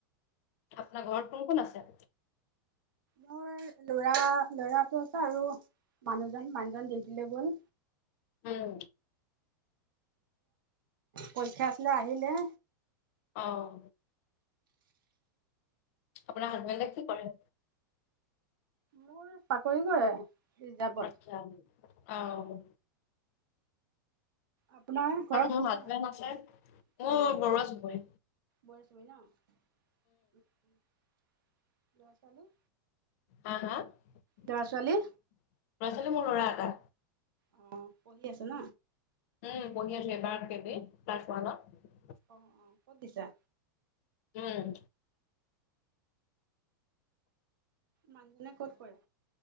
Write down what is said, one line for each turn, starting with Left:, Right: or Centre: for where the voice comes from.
Left: আপোনাৰ ঘৰত কোন কোন আছে?
Right: মোৰ লৰা ল'ৰাটো আছে আৰু মানুহ জন মানুহজন ডিউটিলে গ'ল
Left: উম
Right: <unintelligible> পৰীক্ষা আছিলে আহিলে।
Left: অহ আপোনাৰ হাজবেণ্ডে কি কৰে?
Right: মোৰ চাকৰি কৰে। ৰিজাৰ্ভত।
Left: আচ্ছ অ অ ও ও
Right: আপোনাৰ ঘৰত
Left: মোৰ
Right: কোন
Left: হাজবেণ্ড
Right: কোন আছে
Left: মোৰ
Right: অ
Left: বৰুৱা চুবুৰী
Right: বৰ ছবি ন উম লৰা ছোৱালী
Left: হা হা, ল'ৰা-ছোৱালী
Right: ল'ৰা ছোৱালী
Left: মোৰ ল'ৰা এটা।
Right: অ পঢ়ি আছে ন?
Left: উম, পঢ়ি আছে এবাৰ কে বি ত ক্লাছ ওৱানত
Right: অ অ ক'ত দিছা?
Left: উম।
Right: মানুহজনে ক'ত কৰে?